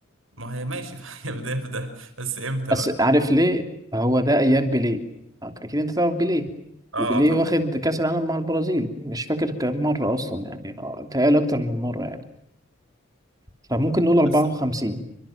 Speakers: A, on the right; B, on the right.
A: ما هي ماشي <laughs> هي بداية في ده بس امتى
B: بس
A: بقى
B: عارف ليه هو ده ايام بيليه اكيد انت تعرف بيليه
A: اه
B: وبيليه
A: آه، طبعا
B: واخد كاس العالم مع البرازيل مش فاكر كام مره اصلا يعني آه، بيتهيألي اكتر من مره يعني فممكن نقول 54
A: بس